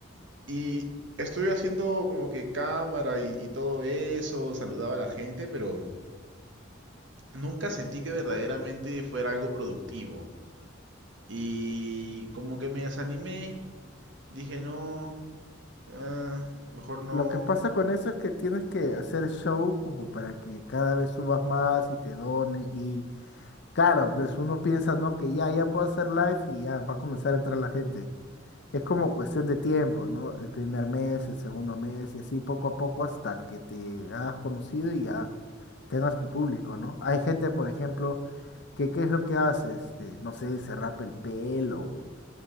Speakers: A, on the right (about 65°); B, on the left (about 60°).
A: Y estuve haciendo como que cámara y, y todo eso, saludaba a la gente, pero nunca sentí que verdaderamente fuera algo productivo. Y como que me desanimé, dije, no, ah, mejor no.
B: Lo que pasa con eso es que tienes que hacer show como para que cada vez subas más y te donen. Y claro, pues uno piensa, ¿no? Que ya, ya puedo hacer live y ya va a comenzar a entrar la gente. Es como cuestión de tiempo, ¿no? El primer mes, el segundo mes y así poco a poco hasta que te hagas conocido y ya tengas tu público, ¿no? Hay gente, por ejemplo, que qué es lo que hace, este, no sé, se rapa el pelo.